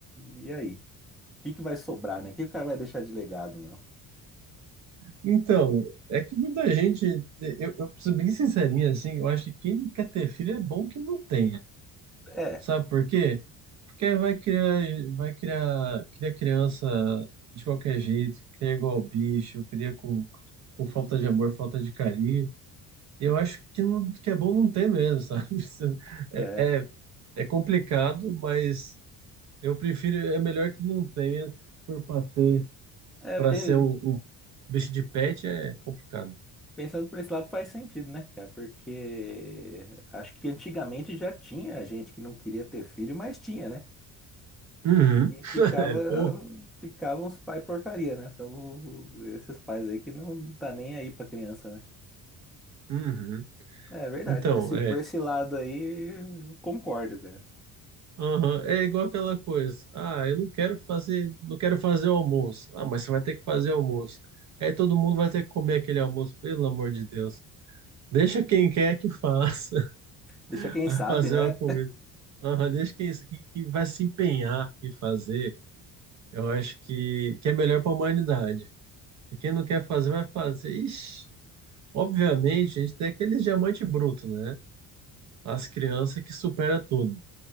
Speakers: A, in the centre; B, on the right.
A: e, e aí? O que que vai sobrar, né? O que o cara vai deixar de legado, meu?
B: Então, é que muita gente, eu, eu preciso ser bem sincerinho assim, eu acho que quem não quer ter filho é bom que não tenha.
A: É,
B: Sabe por quê? Porque aí vai criar, vai criar, cria criança de qualquer jeito, que cria igual bicho, cria com, com falta de amor, falta de carinho. E eu acho que, não, que é bom não ter mesmo, sabe? <laughs> Isso É,
A: é,
B: é, é complicado, mas eu prefiro, é melhor que não tenha, se for para ter,
A: é,
B: para
A: pen-
B: ser um, um bicho de pet é complicado.
A: pensando por esse lado faz sentido, né, cara? Porque acho que antigamente já tinha gente que não queria ter filho, mas tinha, né?
B: Uhum.
A: E
B: <laughs>
A: ficava,
B: Ou-
A: ficavam os pais porcaria, né? Ficavam esses pais aí que não tá nem aí pra criança, né?
B: uhum.
A: É verdade,
B: Então,
A: por esse,
B: é.
A: por esse lado aí, eu concordo, velho.
B: Aham, É igual aquela coisa. Ah, eu não quero fazer, não quero fazer o almoço. Ah, mas você vai ter que fazer o almoço. Aí todo mundo vai ter que comer aquele almoço, pelo amor de Deus. Deixa quem quer que faça <laughs>
A: Deixa quem
B: a
A: sabe,
B: fazer
A: né?
B: uma comida. Aham, deixa quem, quem que vai se empenhar em fazer. Eu acho que, que é melhor para a humanidade. E quem não quer fazer, vai fazer. Ixi, obviamente, a gente tem aqueles diamante bruto, né? As crianças que supera tudo.